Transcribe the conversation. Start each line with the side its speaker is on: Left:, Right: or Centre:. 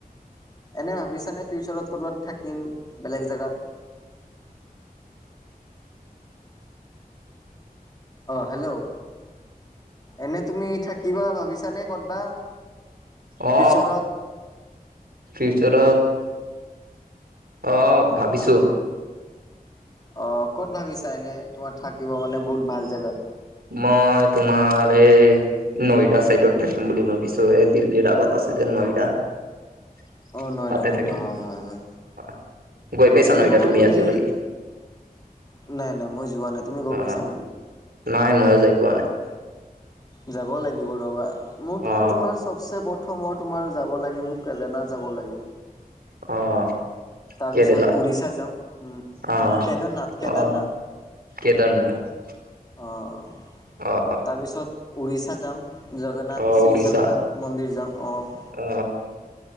Left: এনে ভাবিছানে ফিউচাৰত ক'ৰবাত থাকিম বেলেগ জেগাত অ হেল্ল' এনে তুমি থাকিবা ভাবিছানে ক'তবা
Right: অ
Left: ফিউচাৰত?
Right: সেইটো ধৰত অ ভাবিছো।
Left: অ ক'ত ভাবিছা এনে তোমাৰ থাকিব মানে বহুত ভাল জেগা।
Right: মই তোমাৰ এই নয়দা চাইডত থাকিম বুলি ভাবিছো এই দিল্লীৰ আগত <unintelligible>
Left: অ' অ' নয়দা নয়দা হয় হয় হয়।
Right: '। গৈ পাইছা
Left: এইটো
Right: নয়
Left: ক'ব
Right: এতিয়া
Left: গ'লে
Right: আজিলৈকে।
Left: নাই নাই মই যোৱা নাই তুমি গৈ
Right: অ
Left: পাইছা নেকি।
Right: নাই ময়ো যাই পোৱা নাই।
Left: যাব লাগিব ৰ'বা মোৰতো
Right: অ
Left: তোমাৰ চবচে প্ৰথমই তোমাৰ যাব লাগে মোক কেলেনাত যাব লাগিব।
Right: অ'।
Left: তাৰ পিছত
Right: কেৰেলা
Left: উৰিষা যাম উম
Right: অ
Left: কেদাৰনাথ কেদাৰনাথ।
Right: অ কেদাৰনাথ।
Left: অ'।
Right: অ'।
Left: তাৰ পিছত উৰিষ্যা যাম। জগন্নাথ
Right: অ
Left: শ্ৰী
Right: উৰিষ্যা
Left: জগন্নাথ মন্দিৰ যাম অঁ'।
Right: অ